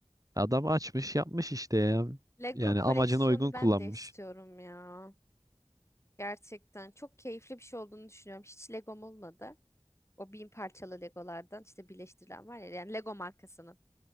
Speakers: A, on the right (about 30°); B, on the left (about 25°).
A: adam açmış yapmış işte ya.
B: Lego
A: Yani
B: koleksiyonu
A: amacına uygun kullanmış.
B: ben de istiyorum ya. Gerçekten çok keyifli bir şey olduğunu düşünüyorum. Hiç Legom olmadı. O bin parçalı Legolardan işte birleştirilen var ya yani Lego markasının.